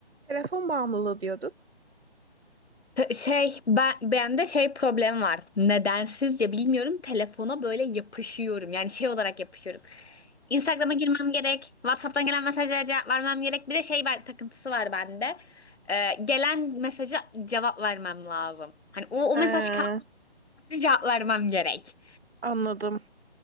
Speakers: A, on the right (about 70°); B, on the left (about 85°).
A: Telefon bağımlılığı diyorduk.
B: T- Şey ben bende şey problem var. Nedensizce bilmiyorum telefona böyle yapışıyorum. Yani şey olarak yapışıyorum. Instagram'a girmem gerek. WhatsApp'tan gelen mesajlara cevap vermem gerek. Bir de şey ben, takıntısı var bende. Ee, gelen mesaja cevap vermem lazım. Hani o,
A: Ee,
B: o mesaj kalması cevap vermem gerek.
A: anladım.